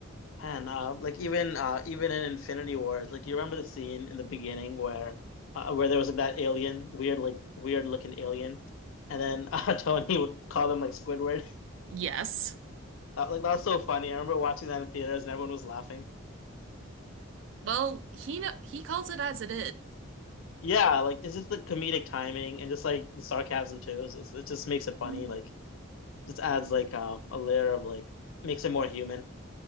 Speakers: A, on the left (about 70°); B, on the right (about 60°).
A: Man, uh, like even uh, even in Infinity Wars, like do you remember the scene in the beginning where uh, where there was like that alien, weird like weird looking alien, and then uh, <laughs> Tony would call him like Squidward.
B: Yes.
A: That, like that was so funny. I remember watching that in theaters and everyone was laughing.
B: Well, he know he calls it as it
A: yeah, like it's just the comedic timing and just like the sarcasm too. It's, it's- it just makes it funny.
B: Mhm.
A: Like just adds like uh, a layer of like makes it more human.